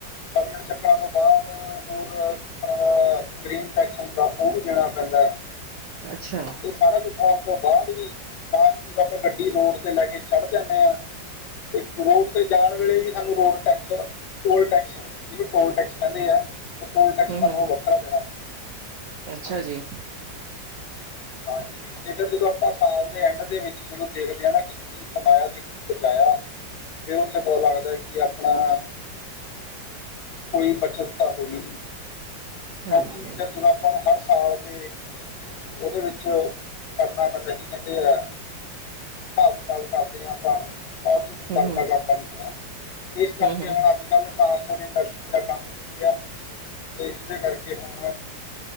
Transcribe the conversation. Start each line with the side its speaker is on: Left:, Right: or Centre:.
Left: ਪਰਮਟ ਚੱਕਰਾਂ ਤੋਂ ਬਾਅਦ ਹੋਰ ਇੱਕ ਤਰ੍ਹਾਂ ਦਾ ਗ੍ਰੀਨ ਟੈਕਸ ਹੁੰਦਾ ਉਹ ਵੀ ਦੇਣਾ ਪੈਂਦਾ। ਹੈ
Right: ਅੱਛਾ,
Left: ਇਹ ਸਾਰਾ ਕੁਛ ਫੋਮ ਤੋਂ ਬਾਅਦ ਵੀ ਲਾਸਟ ਜਦੋਂ ਆਪਾਂ ਗੱਡੀ ਰੋਡ ਤੇ ਲੈ ਕੇ ਚੜ ਜਾਂਦੇ ਹਾਂ। ਤੇ ਰੋਡ ਤੇ ਜਾਣ ਵੇਲੇ ਵੀ ਸਾਨੂੰ ਰੋਡ ਟੈਕਸ ਟੋਲ ਟੈਕਸ ਜਿਹਨੂੰ ਟੋਲ ਟੈਕਸ ਕਹਿੰਦੇ ਹੈ। ਟੋਲ ਟੈਕਸ
Right: ਹੂੰ-ਹੂੰ।
Left: ਸਾਨੂੰ ਵੱਖਰਾ ਦੇਣਾ ਪੈਂਦਾ।
Right: ਅੱਛਾ ਜੀ, <inaudible>
Left: ਹਾਂਜੀ ਤੇ ਫਿਰ ਜਦੋਂ ਆਪਾਂ ਸਾਲ ਦੇ ਐਂਡ ਦੇ ਵਿੱਚ ਜਦੋਂ ਦੇਖਦੇ ਹਾਂ ਨਾ ਕੀ ਕਮਾਇਆ ਤੇ ਕੀ ਬਚਾਇਆ ਫਿਰ ਉੱਥੇ ਪਤਾ ਲੱਗਦਾ ਕਿ ਆਪਣਾ
Right: <inaudible>
Left: ਕੋਈ ਬੱਚਤ ਤਾਂ ਹੋਈ ਨੀ ਕਿਉਂਕਿ
Right: ਹਾਂਜੀ,
Left: ਫਿਰ ਜਦ ਆਪਾਂ ਹਰ ਸਾਲ ਤੇ ਉਹਦੇ ਵਿੱਚ ਕਰਨਾ ਪੈਂਦਾ ਕੀ ਕਹਿੰਦੇ? ਹਿਸਾਬ ਕਿਤਾਬ ਕਰਦੇ ਹਾਂ ਆਪਾਂ ਬ ਕੁਛ
Right: ਹੂੰ-ਹੂੰ,
Left: ਬਚਦਾ
Right: ਹੂੰ-ਹੂੰ,
Left: ਕਰ ਨ ਹੈਗਾ ਇਸ ਕਰਕੇ
Right: ਹੂੰ-ਹੂੰ,
Left: ਹੁਣ ਅੱਜ ਕੱਲ੍ਹ ਟਰਾਂਸਪਰ ਇੰਡਸਟਰੀ ਦਾ ਕੰਮ ਨਹੀਂ ਰਿਹਾ ਤੇ ਜਿਹਨਾਂ ਕਰਕੇ ਹੁਣ